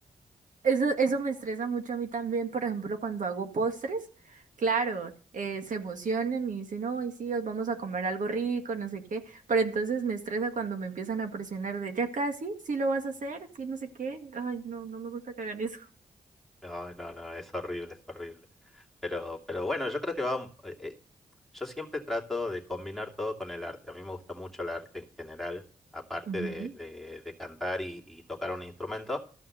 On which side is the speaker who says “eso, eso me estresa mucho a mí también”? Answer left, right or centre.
Right